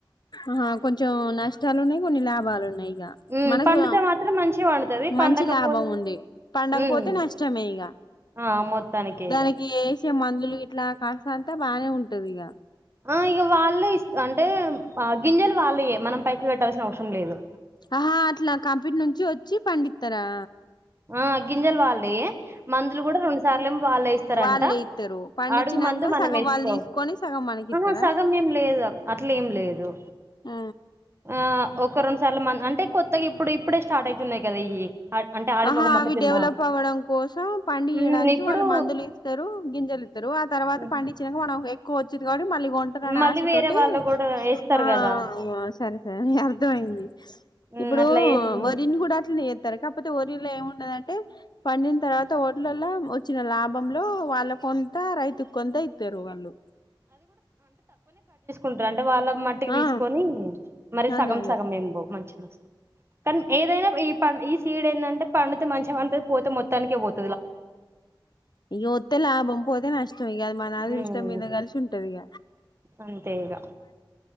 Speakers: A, on the left (about 55°); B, on the right (about 30°).
A: ఆహ కొంచం నష్టాలు ఉన్నాయి కొన్ని లాభాలు ఉన్నాయి ఇగ
B: హ్మ్.
A: మనకు
B: పండితే మాత్రం మంచిగ పండుతది. పండకపోతే
A: మంచి లాభం ఉంది పండకపోతే
B: హ్మ్.
A: నష్టమే ఇగ
B: ఆ! మొత్తానికే
A: దానికి
B: ఇగ.
A: వేసే మందులు ఇట్లా కాస్తంటే బానే ఉంటది ఇగ
B: ఆ ఇగ వాళ్ళే ఇస్ అంటే ఆ గింజలు వాళ్ళయే మనం పైసలు కట్టాల్సిన అవసరం లేదు
A: అహా అట్లా కంపిన్ నుంచి వచ్చి పండిత్తరా
B: ఆ గింజలు వాళ్ళయే మందులు కూడా రెండు సార్లేమో వాళ్ళే ఇస్తరంట
A: వాళ్ళే ఇస్తారు పండించినాక
B: అడుగు మందు మనం
A: సగం
B: వేసుకో
A: వాళ్ళు తీసుకొని సగం మనకి ఇస్తారా
B: అహ సగం ఏం లేదు అట్లేం లేదు
A: ఊ
B: ఆహ్, ఒక రెండు సార్లు మంది అంటే కొత్తగా ఇప్పుడు ఇప్పుడే స్టార్ట్ అయితున్నాయి కదా ఇయ్యి అంటే ఆడి
A: ఆహా
B: మగ మొక్కజొన్న.
A: అవి డెవలప్ అవ్వడం కోసం పండీయడానికి
B: హ్మ్. ఇప్పుడు
A: వాళ్ళు మందులు ఇస్తరు గింజలు ఇస్తరు ఆ తర్వాత
B: హ్మ్.
A: పండిచ్చినక మనం ఎక్కువ వచ్చిది కా మళ్ళి కొంటరని
B: మళ్ళీ
A: ఆశతోటి
B: వేరే వాళ్ళు గూడా ఏస్తారు
A: ఆ
B: గదా!
A: ఆ అవ్ సరే సరే లే అర్థం అయింది
B: హ్మ్.
A: ఇప్పుడూ
B: అట్లా ఏస్తున్నారు.
A: వరిని కూడా అట్లనే చే పోతే వరిలో ఏముండదంటే పండిన తర్వాత ఓడ్లల్ల వచ్చిన లాభం లో వాళ్ళ కొంత ఆ రైతుక్ కొంత ఇత్తరు వాల్లు
B: ఉంటారు అంటే వాళ్ళ మట్టికి
A: ఆ
B: తీసుకొనీ మరి సగం
A: అదే అదే
B: సగం ఏం పోవ్ మంచినె వస్తై కాని ఏదైనా ఈ పన్ ఈ సీడ్ ఏందంటే పండుతే మంచిగ పంతది పోతే మొత్తానికే పోత్
A: ఇగ ఒత్తె లాభం పోతె నష్ ఇగ అది మన అదృష్టం
B: ఉమ్
A: మీద కలిసి ఉంటది ఇగ
B: అంతే ఇగ